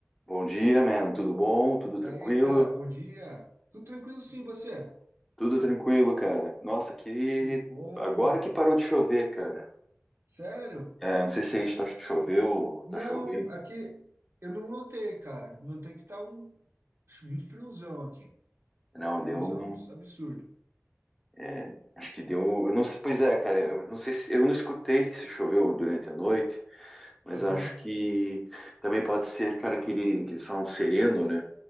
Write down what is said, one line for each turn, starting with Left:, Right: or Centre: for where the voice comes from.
Centre: Bom dia, man. Tudo bom? Tudo tranquilo?
Right: Daí, cara, bom dia. Tudo tranquilo sim, você?
Centre: Tudo tranquilo, cara. Nossa, que.
Right: Que bom.
Centre: Agora que parou de chover, cara.
Right: Sério?
Centre: É, não sei se aí tá choveu,
Right: Não,
Centre: tá chovendo.
Right: aqui eu não notei, cara. Notei que tá um, um friozão aqui.
Centre: Não,
Right: Friozão
Centre: deu um.
Right: abs- absurdo.
Centre: é, acho que deu. um, eu não sei, pois é, cara. Eu não sei se eu não escutei se choveu durante a noite, mas
Right: Aham.
Centre: acho que também pode ser, cara, aquele que eles falam sereno, né?